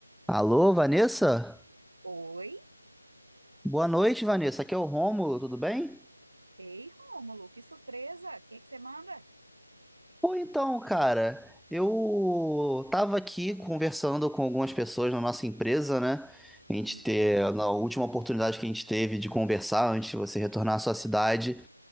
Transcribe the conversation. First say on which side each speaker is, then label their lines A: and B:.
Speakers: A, in the centre; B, on the right.
A: Alô, Vanessa?
B: Oi?
A: Boa noite, Vanessa. Aqui é o Rômulo, tudo bem?
B: Ei, Rômulo, que surpresa! O que é que você manda?
A: Pô, então, cara, eu tava aqui conversando com algumas pessoas na nossa empresa, né? A gente
B: Hum,
A: ter, na última oportunidade que a gente teve de conversar antes de você retornar à sua cidade,